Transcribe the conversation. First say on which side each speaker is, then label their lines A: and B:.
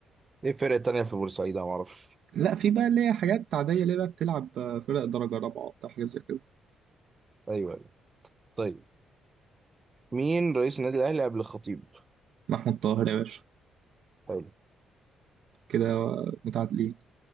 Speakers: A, on the right (about 25°); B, on the right (about 65°).
A: ايه الفرق التانية في بورسعيد انا معرفش
B: لا في بقى اللي هي حاجات عادية اللي هي بقى بتلعب آه، فرق درجة رابعة وبتاع حاجات زي كده
A: ايوه أيوة. طيب مين رئيس النادي الاهلي قبل الخطيب
B: محمود طاهر يا باشا
A: حلو
B: كده متعادلين